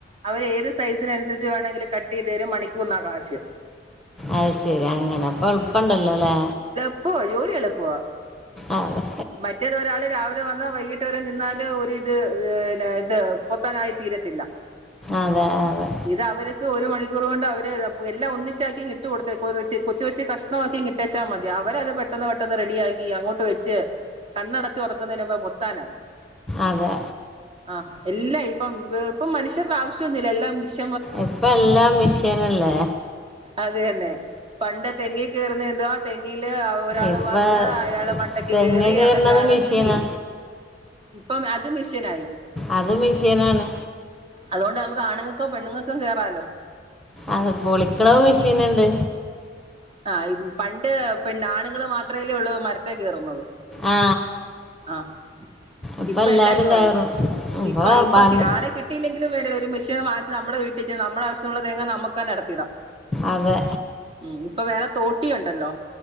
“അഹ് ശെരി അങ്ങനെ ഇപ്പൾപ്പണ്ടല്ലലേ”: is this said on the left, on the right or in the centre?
Centre